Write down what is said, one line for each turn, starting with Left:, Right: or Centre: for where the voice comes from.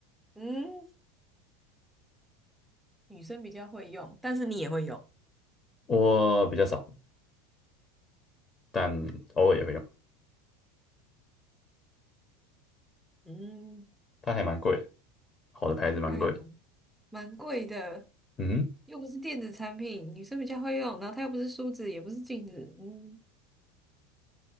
Centre: 嗯，女生比较会用，但是你也会用，
Left: 我比较少，但偶尔也会用，
Centre: 嗯，
Left: 它还蛮贵的，好的牌子蛮贵的，
Centre: 那还蛮蛮贵的，
Left: 嗯哼，
Centre: 又不是电子产品，女生比较会用，然后它又不是梳子，也不是镜子，嗯，